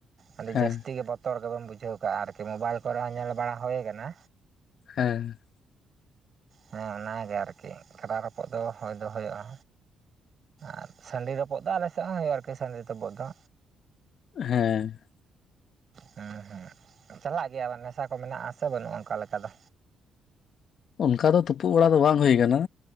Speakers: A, on the right; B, on the left.
A: ᱟᱹᱰᱤ
B: ᱦᱮᱸ
A: ᱡᱟᱹᱥᱛᱤ ᱜᱮ ᱵᱚ ᱛᱚᱨ ᱜᱮᱵᱚᱱ ᱵᱩᱡᱷᱟᱹᱣ ᱠᱟᱜᱼᱟ ᱟᱹᱨᱠᱤ, ᱢᱳᱵᱟᱭᱤᱞ ᱠᱚᱨᱮ ᱦᱚᱸ ᱧᱮᱞ ᱵᱟᱲᱟ ᱦᱩᱭ ᱟᱠᱟᱱᱟ᱾
B: ᱦᱮᱸ
A: ᱦᱮᱸ ᱚᱱᱟᱜᱮ ᱟᱹᱨᱠᱤ, ᱠᱟᱰᱟ ᱨᱚᱯᱚᱜ ᱫᱚ ᱦᱩᱭ ᱫᱚ ᱦᱩᱭᱩᱜᱼᱟ ᱟᱨ ᱥᱟᱺᱰᱤ ᱛᱚᱯ ᱛᱩᱯᱩᱜ ᱫᱚ ᱟᱞᱮᱥᱮᱫ ᱦᱚᱸ ᱦᱩᱭᱩᱜᱼᱟ ᱟᱹᱨᱠᱤ ᱥᱟᱺᱰᱤ ᱛᱩᱯᱩᱜ ᱫᱚ᱾
B: ᱦᱮᱸ
A: ᱦᱩᱸ ᱦᱩᱸ ᱪᱟᱞᱟᱜ ᱜᱮᱭᱟ ᱵᱤᱱ, ᱱᱮᱥᱟ ᱠᱚ ᱢᱮᱱᱟᱜᱼᱟ ᱥᱮ ᱵᱟᱹᱱᱩᱜᱼᱟ ᱚᱱᱠᱟ ᱞᱮᱠᱟ ᱫᱚ?
B: ᱚᱱᱠᱟ ᱫᱚ ᱛᱩᱯᱩᱜ ᱵᱟᱲᱟ ᱫᱚ ᱵᱟᱝ ᱦᱩᱭ ᱟᱠᱟᱱᱟ᱾